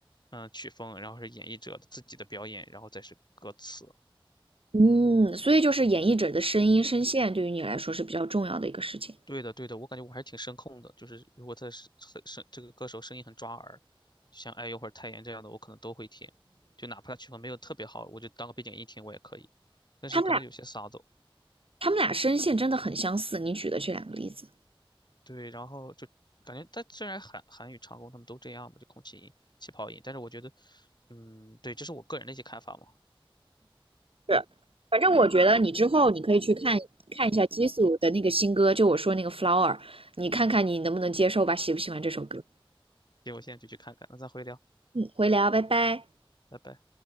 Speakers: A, on the left (about 50°); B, on the right (about 80°).
A: 嗯，曲风，然后是演绎者的自己的表演，然后再是歌词。
B: 嗯，所以就是演绎者的声音、声线对于你来说是比较重要的一个事情。
A: 对的，对的，我感觉我还是挺声控的，就是如果他是很声，这个歌手声音很抓耳，就像哎呦或者泰妍这样的，我可能都会听，就哪怕他曲风没有特别好，我就当个背景音听我也可以。但是可能有些嗓子
B: 他们俩，他们俩声线真的很相似，你举的这两个例子。
A: 对，然后就感觉它虽然韩韩语唱功他们都这样嘛，就空气音、气泡音，但是我觉得，嗯，对，这是我个人的一些看法嘛。
B: 是，反正我嗯觉得你之后你可以去看看一下激素的那个新歌，就我说那个《Flower》，你看看你能不能接受吧，喜不喜欢这首歌？
A: 行，我现在就去看看，那咱回聊，
B: 嗯，回聊，拜拜。
A: 拜拜。